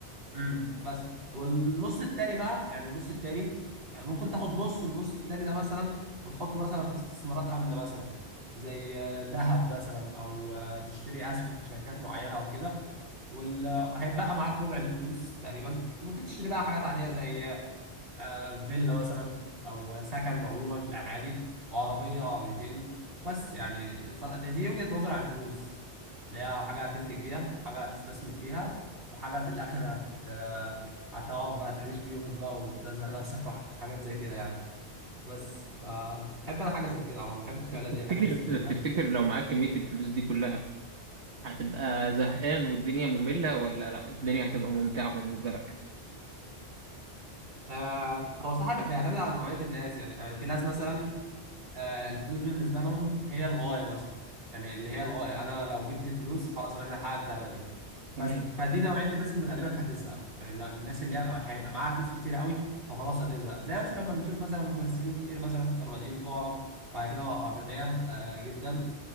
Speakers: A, on the right (about 60°); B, on the right (about 80°).
A: امم بس والنص التاني بقى يعني النص التاني يعني ممكن تاخد نص النص التاني ده مثلا وتحطه مثلا في استثمارات آمنة مثلا زي آه، ذهب مثلا او آه، تشتري اسهم في شركات معينة او كده وهيبقى معاك ربع الفلوس تقريبا ممكن تشتري بقى حاجات عادية زي آه، آه، فيلا مثلا او سكن عموما في العادي وعربيه أو عربيتين بس يعني صراحة دي دي وجهه نظري عن الفلوس اللي هي حاجه هتنتج بيها حاجه هتستثمر فيها وحاجه في الاخر هت آه، هتقعد بقى تعيش بيهم بقى وتنزه نفسك وحاجات زي كده يعني بس فبحب انا حاجه زي كده عموما بحب التخيلات
B: تفتكر
A: دي بحب السيناريوهات
B: تفتكر
A: دي
B: لو معاك كمية الفلوس دي كلها هتبقى زهقان والدنيا مملة ولا لا الدنيا هتبقى ممتعة بالنسبة لك؟
A: آه، هو صح بيعتمد على نوعيه الناس يعني يعني في ناس مثلا آه، الفلوس بالنسبة لهم هي الغاية مثلا يعني اللي هي الغاية أنا لو جبت الفلوس خلاص أنا كده حققت هدفي بس
B: تمام
A: فدي نوعية الناس اللي غالبا هتزهق يعني لا- الناس اللي هيبقى هيبقى معاها فلوس كتير قوي فخلاص هتزهق زي مثلا لما بنشوف مثلا ممثلين كتير مثلا كانوا بادئين فقراء وبعد كده بقوا أغنياء آه، جدا